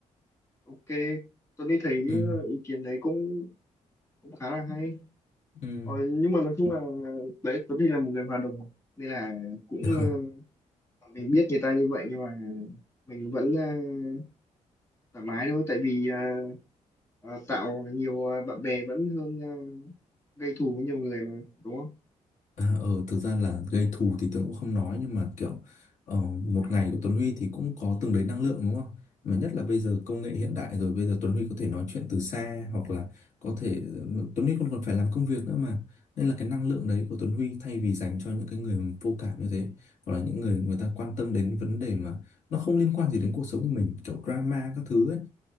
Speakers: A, on the left (about 20°); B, on the left (about 65°).
A: ok tôi nghĩ thấy
B: ừ
A: ờ, ý kiến đấy cũng cũng khá là hay
B: ừ
A: Ờ, nhưng mà nói chung là đấy Tuấn thì là một người hòa đồng mà. nên là cũng
B: <laughs>
A: ờ, mình biết người ta như vậy nhưng mà mình vẫn ờ, thoải mái thôi tại vì ờ, ờ, tạo nhiều ờ, bạn bè vẫn hơn ờ, gây thù với nhiều người mà đúng không?
B: À, ừ, thực ra là gây thù thì Tuấn cũng không nói nhưng mà kiểu ờ, một
A: Ừ.
B: ngày của Tuấn Huy thì cũng có từng đấy năng lượng đúng không? Mà nhất là bây giờ công nghệ hiện đại rồi bây giờ Tuấn Huy có thể nói chuyện từ xa hoặc là có thể ờ, Tuấn Huy còn còn phải làm công việc nữa mà nên là cái năng lượng đấy của Tuấn Huy thay vì dành cho những cái người vô cảm như thế hoặc là những người người ta quan tâm đến vấn đề mà nó không liên quan gì đến cuộc sống của mình kiểu drama các thứ ấy